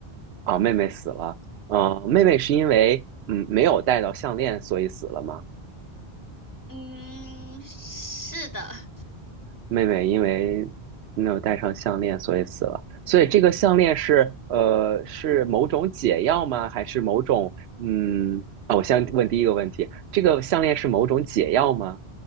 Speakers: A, on the right (about 75°); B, on the left (about 20°).
A: 啊，妹妹死了。呃，妹妹是因为嗯没有戴到项链，所以死了吗？
B: 嗯，是的，<laughs>
A: 妹妹因为没有戴上项链，所以死了。所以这个项链是呃是某种解药吗？还是某种嗯啊？我先问第一个问题，这个项链是某种解药吗？